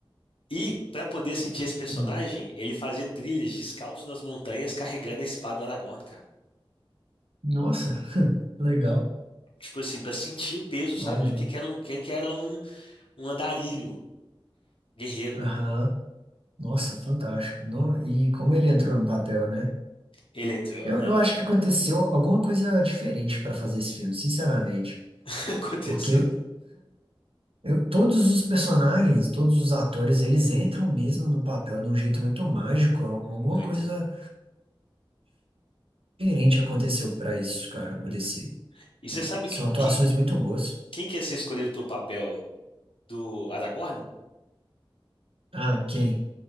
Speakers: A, on the left; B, on the right.
A: E, para poder sentir esse personagem,
B: Hum.
A: ele fazia trilhas descalço nas montanhas carregando a espada do Aragorn, cara.
B: Nossa, legal.
A: Tipo assim, para sentir o peso,
B: Olha,
A: sabe? De
B: não.
A: que que era um, que que era um, um andarilho guerreiro.
B: Aham. Nossa, fantástico. No- E como ele entrou no papel, né?
A: Ele entrou,
B: Eu,
A: não,
B: eu
A: é.
B: acho que aconteceu alguma coisa diferente para fazer esse filme, sinceramente.
A: <laughs> Aconteceu.
B: Porque Eu- todos os personagens, todos os atores, eles entram mesmo no papel de um jeito muito mágico. Al- Alguma
A: Muito,
B: coisa diferente aconteceu pra isso, cara,
A: muito.
B: acontecer.
A: E você sabe
B: São
A: que,
B: atuações
A: que-
B: muito boas.
A: quem que ia ser escolhido pro papel do Aragorn?
B: Ah, quem?